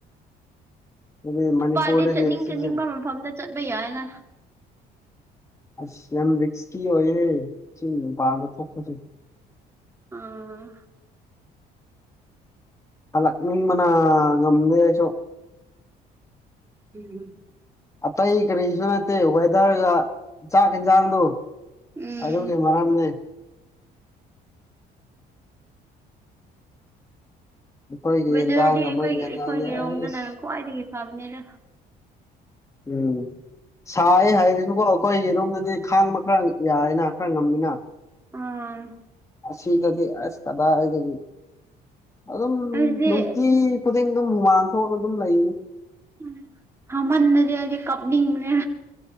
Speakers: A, on the left (about 20°); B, on the right (about 15°).
A: ꯍꯥꯏꯗꯤ
B: ꯅꯨꯄꯥꯗꯤ
A: ꯃꯅꯤꯄꯨꯔꯗꯒꯤ
B: ꯆꯠꯅꯤꯡ
A: ꯁꯤꯁꯦ
B: ꯆꯠꯅꯤꯡꯕ ꯃꯐꯝꯗ ꯆꯠꯄ ꯌꯥꯏꯅ
A: <inaudible> ꯑꯁ ꯌꯥꯝ ꯔꯤꯛꯁꯀꯤ ꯑꯣꯏꯌꯦ ꯆꯤꯡ ꯃꯄꯥꯟꯗ ꯊꯣꯛꯄꯗꯣ
B: ꯑꯥ
A: ꯍꯜꯂꯛ ꯅꯤꯡꯕꯅ ꯉꯝꯗꯦ ꯑꯩꯁꯨ
B: ꯑꯝ ꯑꯝ
A: ꯑꯇꯩ ꯀꯔꯤꯁꯨ ꯅꯠꯇꯦ ꯋꯦꯗꯔꯒ ꯆꯥꯛ ꯏꯟꯖꯥꯡꯗꯣ
B: ꯎꯝ
A: ꯑꯗꯨꯒꯤ ꯃꯔꯝꯅꯦ ꯑꯩꯈꯣꯏꯒꯤ
B: ꯋꯦꯗꯔꯗꯤ
A: ꯌꯦꯟꯖꯥꯡꯒ
B: ꯑꯩꯈꯣꯏ
A: ꯃꯣꯏꯒꯤ ꯌꯦꯟꯖꯥꯡꯗꯤ
B: ꯑꯩꯈꯣꯏꯒꯤꯔꯣꯝꯗꯅ
A: ꯑꯩꯁ
B: ꯈ꯭ꯋꯥꯏꯗꯒꯤ ꯐꯕꯅꯦꯗ
A: ꯎꯝ ꯁꯥꯏ ꯍꯥꯏꯔꯁꯨꯀꯣ ꯑꯩꯈꯣꯏꯒꯤ ꯌꯨꯝꯗꯗꯤ ꯈꯥꯡꯕ ꯈꯔ ꯌꯥꯏꯅ ꯈꯔ ꯉꯝꯃꯤꯅ
B: ꯎꯝ
A: ꯑꯁꯤꯗꯗꯤ ꯑꯁ ꯀꯗꯥꯏꯗꯒꯤ ꯑꯗꯨꯝ
B: ꯑꯩꯗꯤ
A: ꯅꯨꯡꯇꯤ ꯈꯨꯗꯤꯡ ꯑꯗꯨꯝ ꯍꯨꯃꯥꯡ ꯊꯣꯛꯑ ꯑꯗꯨꯝ ꯂꯩꯒꯅꯤ
B: ꯎ ꯁꯥꯃꯟ ꯂꯗꯤ ꯑꯩꯗꯤ ꯀꯞꯅꯤꯡꯕꯅꯦ